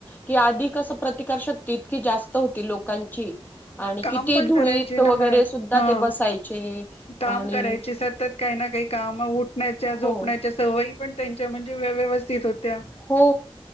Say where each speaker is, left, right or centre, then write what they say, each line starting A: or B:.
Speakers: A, on the left (about 20°); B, on the left (about 85°).
A: की आधी कसं प्रतिकार शक्ती इतकी जास्त होती लोकांची. आणि
B: काम
A: किती
B: पण
A: धुळीत
B: करायचे
A: वगैरे
B: ना मॅड
A: सुद्धा
B: हा
A: ते बसायचे
B: काम
A: आणि.
B: करायचे सतत काही ना काही काम उठण्याच्या झोपण्याच्या
A: हो
B: सवयी पण त्यांच्या म्हणजे व्य व्यवस्थित होत्या.
A: हो